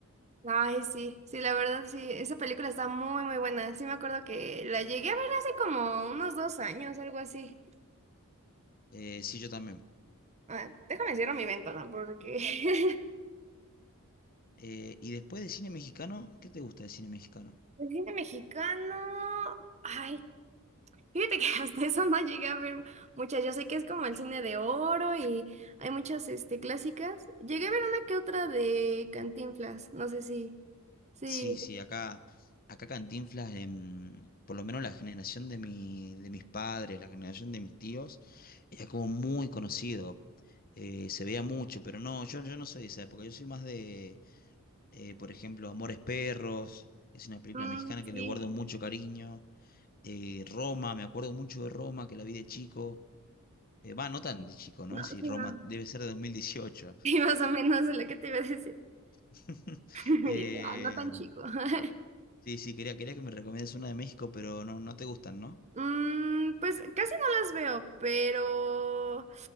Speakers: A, on the right; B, on the left.
A: Ay, sí, sí, la verdad, sí, esa película está muy, muy buena. Sí, me acuerdo que la llegué a ver hace como unos dos años, algo así.
B: Eh, sí, yo también.
A: Ah, déjame cierro mi ventana porque <laughs>
B: Eh, y después de cine mexicano, ¿qué te gusta de cine mexicano?
A: el cine mexicano, ay, fíjate que <laughs> hasta eso no llegué a ver muchas. Yo sé que es como el cine de oro y hay muchas, este, clásicas. Llegué a ver una que otra de Cantinflas, no sé si, sí,
B: Sí, sí, acá, acá Cantinflas, em, por lo menos la generación de mi, de mis padres, la generación de mis tíos, era como muy conocido. Eh, se veía mucho, pero no, yo, yo no soy de esa época, yo soy más de Eh, por ejemplo, Amores Perros, es una película
A: mm,
B: mexicana que
A: sí,
B: le guardo mucho cariño. Eh, Roma, me acuerdo mucho de Roma, que la vi de chico. Eh, va, no tan de chico, ¿no?
A: no,
B: Si
A: sí,
B: Roma
A: no.
B: debe
A: <laughs>
B: ser de 2018.
A: Sí, más o menos es lo que te iba a decir.
B: <laughs>
A: <laughs> Y
B: Eh,
A: dije, ah, no tan chico. <laughs>
B: sí, sí, quería, quería que me recomiendas una de México, pero no, no te gustan, ¿no?
A: Mm, pues casi no las veo, pero